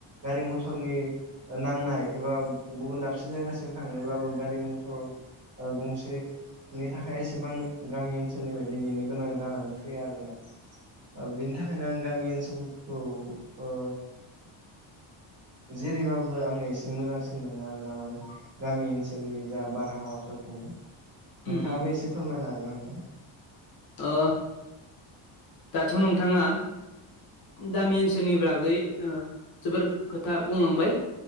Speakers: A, on the right (about 35°); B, on the left (about 50°).
A: गारि मथरनि नांनाय एबा गुबुन दाबसे जायगासिम थांनोब्लाबो गारि मथर ओ गंसे नि थाखाय एसेबां गामि ओनसोलनि बायदि नेनो गोनां जानानै फैयो आरोना बेनि थाखायनो आं गामि ओनसोलखौ ओ जेरैबाबो आंङो एसे मोजांसिन मोनो आरोना माने गामि ओनसोलनि जा बारहावाफोरखौनो नोंथांङाबो
B: उम उम
A: एसे फोरमायनो हागोनना नोंथां
B: ओ दाथ' नोंथांङा गामि ओनसोलनि बागै ओ जोबोर खोथा बुंलांबाय